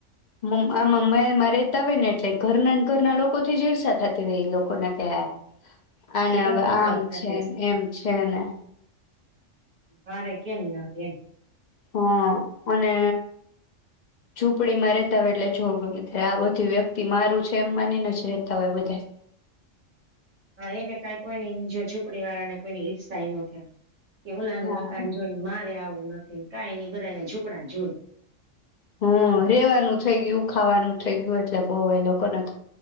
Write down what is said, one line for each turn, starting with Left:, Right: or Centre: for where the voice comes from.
Left: મમ આ મમ્મય માં રેતા હોય ને એટલે ઘરના ઘરના લોકો થી જીવ સાથાં થતી હોય એ લોકોને ત્યા. અને
Right: એ વાત
Left: હવે
Right: સાવ
Left: આમ
Right: સાચી
Left: છે, એમ છે ને.
Right: મારે કેમ ના કેમ
Left: હા અને ઝુંંપડી માં રેતા હોય એટલે જોવ ગમે ત આ બધું વ્યક્તિ મારું છે એમ માનીને જ રતા હોય બધાય.
Right: હા એને કઈ કોઈ નઈ જો ઝૂપડી વાળા ને કોઈની ઈર્ષાએ નો થાય. એવું નાનુ
Left: હા.
Right: મકાન જોઈને મારે આવું ના ફીણ કાંઈ નઈ બધા ને ઝોપડા જો.
Left: હમ્મ. રેવાનું થઇ ગયું ખાવાનું થઇ ગયું એટલે બહુ એ લોકો ને તો.